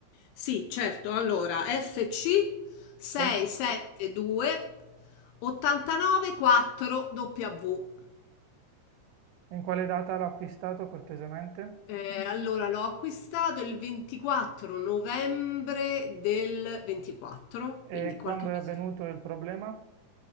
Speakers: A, on the left (about 75°); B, on the right (about 80°).
A: Sì, certo. Allora, FC 672
B: Sì?
A: 89 4 W.
B: In quale data l'ha acquistato cortesemente?
A: Ehm, allora l'ho acquistato il 24 novembre del 24,
B: E
A: quindi qualche
B: quando è
A: mese
B: avvenuto
A: fa.
B: il problema?